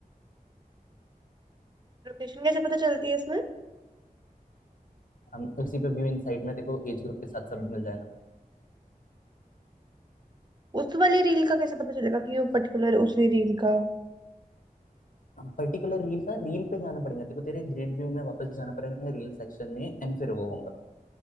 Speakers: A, on the right; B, on the left.
A: लोकेशन कैसे पता चलती है इसमें
B: हम उसी पे व्यू इनसाइड में देखो एज ग्रुप के साथ सब मिल जाएगा
A: उस वाली रील का कैसे पता चलेगा कि वो पर्टिकुलर उसी रील का
B: पर्टिकुलर रील का रील पे जाना पड़ेगा देखो तेरे ग्रिड व्यू में वापस जाना पड़ेगा रील सेक्शन में एंड फिर वो होगा